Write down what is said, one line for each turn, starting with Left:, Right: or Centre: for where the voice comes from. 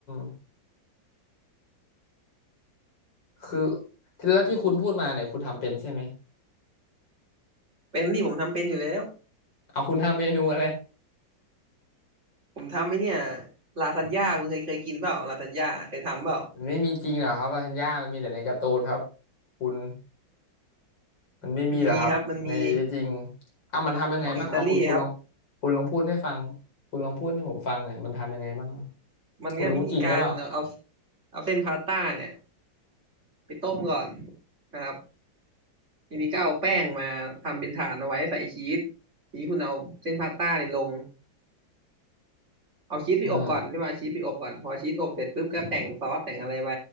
Left: ำคือที่แล้วที่คุณพูดมาเนี่ยคุณทำเป็นใช่ไหม
Right: เป็นนี่ผมทำเป็นอยู่แล้ว
Left: เอาคุณทำเมนูอะไร
Right: ผมทำไอ้เนี่ยลาซานญ่าคุณเคยเคยกินเปล่าลาซานญ่าเคยทำเปล่า
Left: มันไม่มีจริงหรอกครับลาซานญ่ามันมีแต่ในการ์ตูนครับคุณมันไม่มีหรอกครับในชีวิตจริง
Right: มีครับมันมี
Left: อ่ะมันทำยังไงบ้างเอาคุณคุณลอง
Right: มันของอิตาลีครับ
Left: คุณลองพูดให้ฟังคุณลองพูดให้ผมฟังหน่อยมันทำยังไงบ้างเนอะ
Right: มันก็วิธีการเอา
Left: คุณรู้จริงหรือเปล่า
Right: เอาเส้นพาสต้าเนี่ย ไปต้มก่อนนะครับทีนี้ก็เอาแป้งมาทำเป็นฐานเอาไว้ใส่ชีสทีนี้คุณเอาเส้นพาสต้าเนี่ยลงเอาชีสไปอบก่อนเรียกว่าเอาชีสไปอบก่อนพอชีสอบเสร็จปุ๊บก็แต่งซอสแต่งอะไรไป
Left: อืม